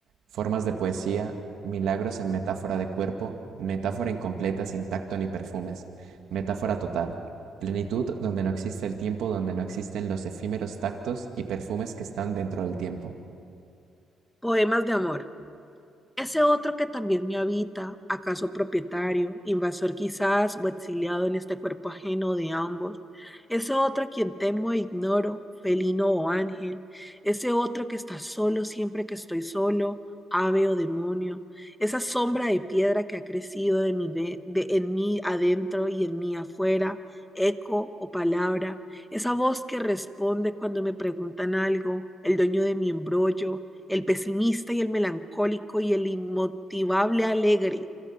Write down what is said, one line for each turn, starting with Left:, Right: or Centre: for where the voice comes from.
Right: formas de poesía, milagros en metáfora de cuerpo, metáfora incompleta sin tacto ni perfumes, metáfora total, plenitud donde no existe el tiempo, donde no existen los efímeros tactos y perfumes que están dentro del tiempo.
Centre: Poemas de amor. Ese otro que también me habita, acaso propietario, invasor quizás o exiliado en este cuerpo ajeno de ambos, ese otro a quien temo e ignoro, felino o ángel, ese otro que está solo siempre que estoy solo, ave o demonio, esa sombra de piedra que ha crecido de mi de- de- en mí adentro y en mí afuera, eco o palabra, esa voz que responde cuando me preguntan algo, el dueño de mi embrollo, el pesimista y el melancólico y el inmotivable alegre,